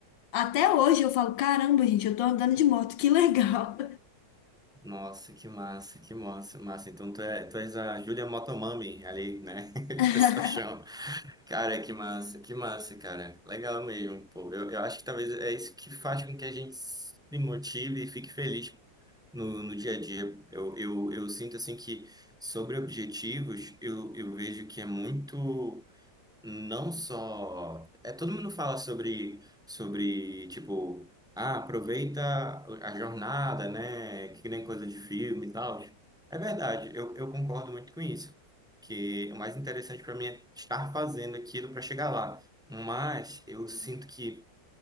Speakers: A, on the left; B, in the centre.
A: até hoje eu falo, caramba, gente, eu tô andando de moto, que legal.
B: Nossa, que massa, que massa, massa. Então tu, é, tu és a Julia Motomami ali, né? <laughs> Que
A: <laughs>
B: o pessoal chama. Cara, que massa, que massa, cara. Legal mesmo, pô. Eu, eu acho que talvez é isso que faz com que a gente se motive e fique feliz no, no dia a dia. Eu, eu, eu sinto assim que sobre objetivos, eu, eu vejo que é muito não só é todo mundo fala sobre sobre tipo ah aproveita a jornada né que nem coisa de filme e tal é verdade eu, eu concordo muito com isso que o mais interessante para mim é estar fazendo aquilo para chegar lá mas eu sinto que